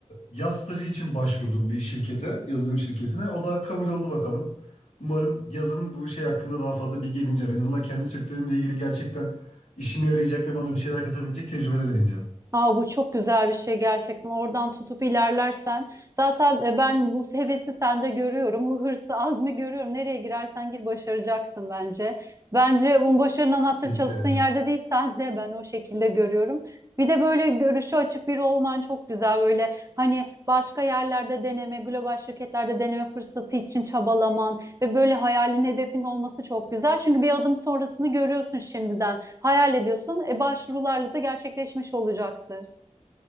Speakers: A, on the left; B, on the right.
A: yaz stajı için başvurdum bir şirkete, yazılım şirketine. O da kabul oldu bakalım. Umarım yazın bu şey hakkında daha fazla bilgi edineceğim. En azından kendi sektörümle ilgili gerçekten işime yarayacak ve bana bir şeyler katabilecek tecrübeler edineceğim.
B: Aa, bu çok güzel bir şey gerçekten. Oradan tutup ilerlersen. Zaten e, ben bu hevesi sende görüyorum. Bu hırsı, azmi görüyorum. Nereye girersen gir başaracaksın bence. Bence bunun başarının anahtarı
A: Teşekkür
B: çalıştığın
A: ederim.
B: yerde değil sen de ben o şekilde görüyorum. Bir de böyle görüşü açık biri olman çok güzel. Böyle hani başka yerlerde deneme, global şirketlerde deneme fırsatı için çabalaman. Ve böyle hayalin hedefin olması çok güzel. Çünkü bir adım sonrasını görüyorsun şimdiden. Hayal ediyorsun. E başvurularla da gerçekleşmiş olacaktır.